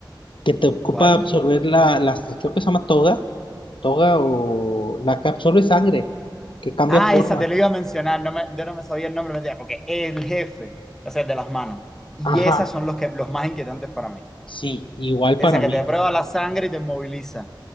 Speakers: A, on the left (about 80°); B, in the centre.
A: que te ocupa
B: ¿Cuál?
A: absorber la, la- creo que se llama toga, toga o la que absorbe sangre, que cambia
B: Ah,
A: formas.
B: esa te lo iba a mencionar, no me, yo no me sabía el nombre, me decía, porque el jefe, o sea, el de las manos. Y
A: Ajá,
B: esas son los, que, los más inquietantes para mí.
A: sí, igual
B: Esa
A: para
B: que
A: mí,
B: te prueba la sangre y te moviliza.